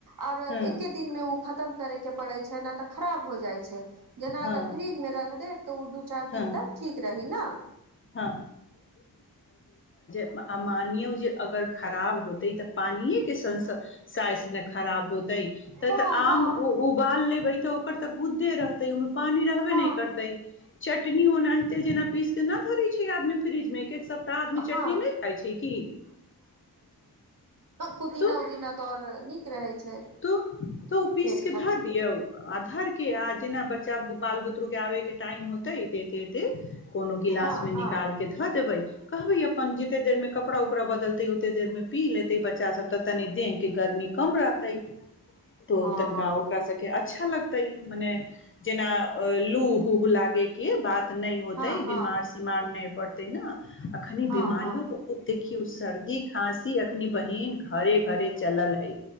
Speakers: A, on the right (about 60°); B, on the left (about 35°).
A: और
B: हँ
A: एके दिन मे उ ख तम करै के पड़ै छै नै ते खराब हो जाय छै। जेना
B: हँ
A: अगर फिरिज में रख देब तो उ दु चार दिन
B: हँ
A: तक ठीक रही ना। ह
B: हँ आ मानियौ जे अगर खराब होतै ते पानिये के संस साइज ने खराब होतै ते
A: हँ
B: ते आम
A: हँ
B: उ उबाल लेबै तो ओकर ते गुद्दे रहतै, ओय मे पानी रहबे
A: हँ
B: नै करतै। चटनी ओना हेते जेना पीस के ना ध दै छै आदमी फिरिज मे एक-एक सप्ताह आदमी
A: हँ
B: चटनी नै खाय छै की।
A: पुदीना-उदिना
B: तू
A: तऽ आओर नीक रहै छै
B: तो तो उ पीसके
A: पेट खातिर
B: धा दियौ आ धर के आ जेना बच्चा, बाल बुतरू के आबे के टाइम होतै, एते एते ते कोनो गिलास
A: हँ
B: मे
A: हँ
B: निकाल के धऽ देबै। कहबै अपन जते देर मे कपड़ा-उपड़ा बदलतै, ओते देर में पी लेतै बच्चा सब ते तनि देह के गर्मी कम रहतै। तो
A: हँ
B: तनका ओकरा स के अच्छा लग तै मने जेना लु हु लागे कि बात नहि होतै,
A: हँ हँ
B: बीमार सीमार नहि पढ़थिन ना। अखनि
A: हँ
B: बीमारियो
A: हँ
B: बहुत, देखियौ सर्दी, खाँसी अखनि बहिन घरे घरे चलल है।